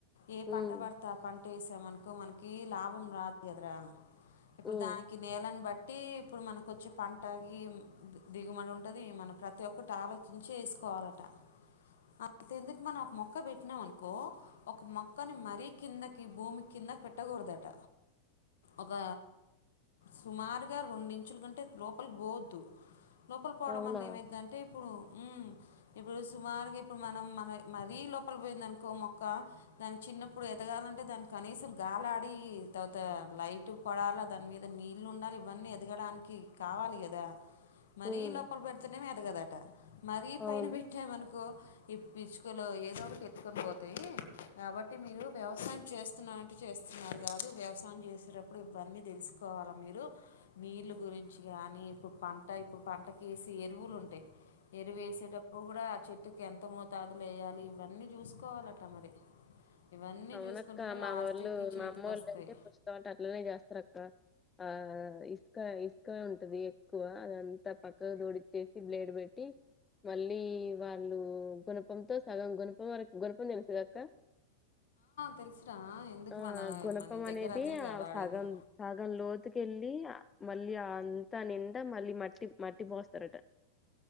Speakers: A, on the left; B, on the left.
A: ఏ పంట
B: ఉమ్
A: భడ్తే ఆ పంట ఏసామను కో మనకి లాభం రాదు గదరా. ఇప్పుడు
B: ఉమ్
A: దానికి నేలన్ బట్ ట్టి ఇప్పుడు మనక్ కొచ్చే పంటకి ది దిగుమడి ఉంటది. మనం ప్రతి ఒక్కటి ఆలోచించి ఏసుకోవాలట. అంత ఎందుకు మనం ఒక మొక్క పెట్టినాం అనుకో ఒక మొక్కని మరీ కిందకి భూమి కిందకి పెట్టకూడదట. ఒక సుమారుగా రెండు ఇంచ్ చ్చుల కంటే లోపలికి పోవద్దు. లోపల పోవడం
B: అవునా
A: వల్ల ఏమయిదాంటే ఇప్పుడు. ఉహ్మ్ ఇప్పుడు సుమారుగా ఇప్పుడు మనం. మన మరీ లోపల పోయిందినుకో మొక్క దానికి చిన్నప్పుడు ఎదగాలంటే దాని కనీసం గాలాడి. తర్వాత లైట్ పడాల దాని మీద నీళ్ళు ఉండాలి. ఇవన్నీ ఎదగడానికి కి కావాలి కదా మరీ
B: ఉమ్
A: లోపల పెడతనే గాదాట మరీ పైన
B: అవును
A: పెట్టామనుకో ఈ పిచ్చుకలో ఏదో ఒకటి ఎత్తుకొని పోతాయి. కాబట్టి మీరు వ్యవసాయం చేస్తున్నంటు చేస్తున్నారు కాదు. వ్యవసాయం చేసేటప్పుడు ఇవన్నీ తెలుసుకోవాల మీరు నీళ్ళు గురించ్ చి గానీ ఇప్పుడు పంట ఇప్పుడు పంటకి వేసి ఎరువులు ఉంటాయి. ఎరువు వేసేటప్పుడు కూడా ఆ చెట్టుకి ఎంత మోతాదు లేయాలి. ఇవన్నీ చూసుకోవాలట మరి ఇవన్నీ
B: అవునక్క
A: చూసుకుంటేనే
B: మా
A: లాస్ట్కి
B: వోళ్ళు,
A: చేతికి
B: మా అమ్మోళ్ళు
A: వస్తాయి
B: అయితే ప్రస్తుతం అంటే అట్లనే చేస్తారక్క. ఆహ్ ఇసుక ఇసుక ఉంటది. ఎక్కువ అదంతా పక్కగా తోడిచ్చేసి. బ్లేడ్ పెట్టి మళ్ళీ వాళ్ళు గుణపంతో సగం గుణపం వరకు గుణపం తెలుసు గక్క
A: తెలుసురా ఎందుకు
B: ఆ
A: మన
B: గుణపం
A: మన దగ్గర
B: అనేది
A: అదేగా
B: ఆ
A: వాడేది
B: సగం సగం లోతుకెళ్ళి. ఆ మళ్ళీ అంతా నిండా మళ్ళీ మట్టి మట్టి పోస్తారట.